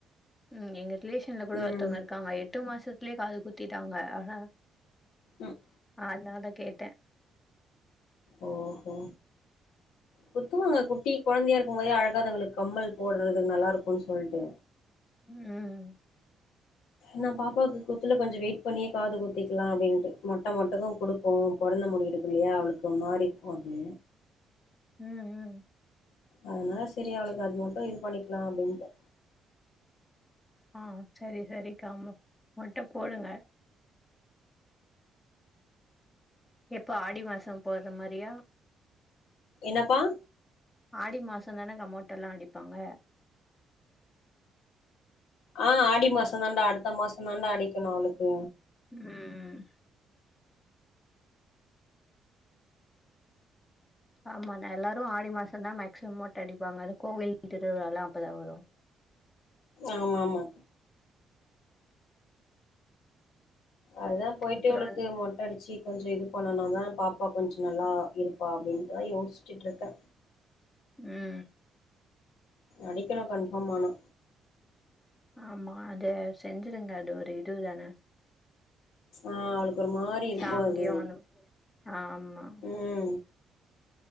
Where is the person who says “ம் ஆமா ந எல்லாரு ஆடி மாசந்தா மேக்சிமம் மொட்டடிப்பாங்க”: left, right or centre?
Left